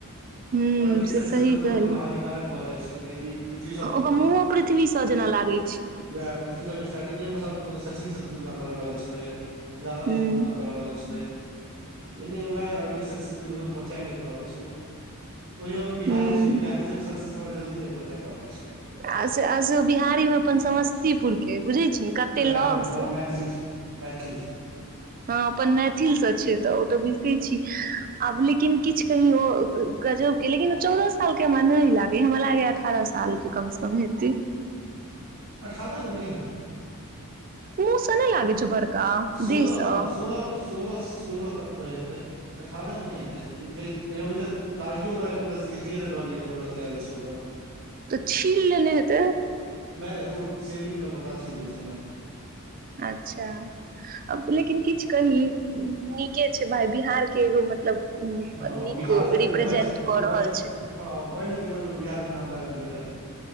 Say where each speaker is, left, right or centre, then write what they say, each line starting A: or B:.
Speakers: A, on the right (about 40°); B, on the right (about 60°).
A: हूं
B: अर्ली सक्सेस
A: से सही
B: कखनो
A: कहली
B: कखनो हानिकारक भऽ जाइ छै जे कहि पृथ्वी सॉ
A: ओकर मुँहो पृथ्वी स जेना लागै छै
B: वैह पृथ्वी सॉ के स्टार्टिंगे मे <inaudible> सचिन सँ तुलना करऽ लागल छलै लाड़ा
A: हूं
B: स तु लागल छलै लेकिन वह अर्ली सक्सेस क बचा नहि पाबे छै ओहियो बिहारी
A: हूं
B: छै बिहारी सबके सक्सेस आओर जल्दी नहि बचा पाबै छै
A: आसे आसे बिहारी मे अपन समस्तीपुर के ए बुझै छी ने कते
B: उए
A: लग
B: हमर
A: स
B: मैथिलस मैथिलस
A: हँ अपन मैथिलसँ छै तऽ ओ तऽ बुझिते छी आब लेकिन किछु कहि ओ गजबके लेकिन चौदह सालके हमरा नहि लागै हमरा लागैए अठारह सालके कमसँ कम हेतै
B: अठारह तऽ नहि हेतै
A: मुँह सने लागै छौ ओकर का
B: सोलह
A: दिह स
B: हँ सोलह सोलह सोलह तकके हेतै अठारह क नहि हेतैय कियाकि अभि तक दाड़ियो ओकरा एको रत्ति दिखायो नहि रहलिय एको रति आयल छै ओकरा
A: तऽ छील लेने हेतै
B: नहि नहि तऽ ओ सेविंग लए पता चलि जाइ छै ओनाही
A: अच्छा अब लेकिन किछु कही नीके छै भााय बिहारके एगो मतलब
B: हँ
A: नीक
B: बिहारके
A: रिप्रेजेंट
B: वर्ल्ड
A: कऽ रहल
B: वर्ल्ड
A: छै
B: हँ वर्ल्ड लेवल पर बिहार के नाम लाके गेलै हं